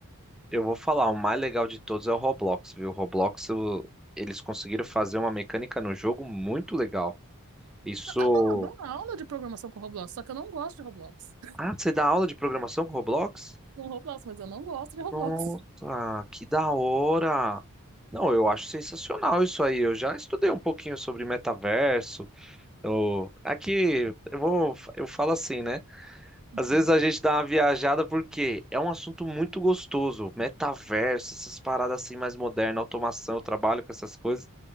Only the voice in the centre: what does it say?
eu vou falar, o mais legal de todos é o Roblox, viu? O Roblox, o- eles conseguiram fazer uma mecânica no jogo muito legal. Isso.
Ah, você dá aula de programação com Roblox?
Nossa, que da hora! Não, eu acho sensacional isso aí. Eu já estudei um pouquinho sobre metaverso. Eu... Aqui, eu vou, eu falo assim, né?
Às vezes a gente dá uma viajada porque é um assunto muito gostoso, metaverso, essas paradas assim mais modernas, automação, eu trabalho com essas coisas,